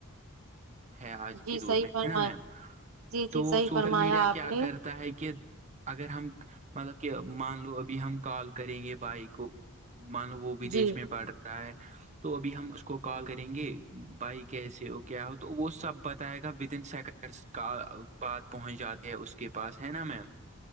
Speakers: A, on the right; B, on the right.
A: ہے آج
B: جی
A: کے
B: صحیح
A: دور میں
B: فرمایا
A: ہے نا میم
B: جی
A: تو
B: جی صحیح
A: سوشل
B: فرمایا
A: میڈیا
B: آپ
A: کیا
B: نے
A: کر ہے کہ اگر ہم مطلب کہ مان لو ابھی ہم کال کریں گے بھائی کو مان وہ ودیش
B: جی
A: میں پڑ رہا ہے تو ابھی ہم اس کو کال کریں گے بھائی کیسے ہو کیا ہو تو وہ سب پت آ گا ودن سیکنڈس کا بعات پہنچ جاتے ہے اس کے پاس ہے نا میم